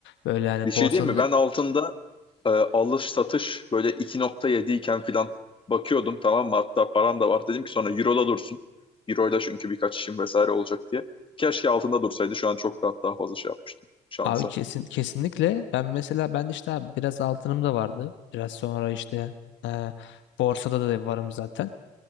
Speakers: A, on the left; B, on the left.
A: Böyle hani
B: Bir şey
A: borsanın
B: diyeyim mi?
A: da
B: Ben altında e, alış satış böyle 2.7 iken filan bakıyordum tamam mı? Hatta param da var. Dedim ki sonra Euro'da dursun. Euro'da çünkü birkaç işim vesaire olacak diye. Keşke altında dursaydı. Şu an çok rahat daha fazla şey yapmıştım şansa.
A: Abi kesin kesinlikle ben mesela ben de işte abi biraz altınım da vardı. Biraz sonra işte e, borsada da varım zaten.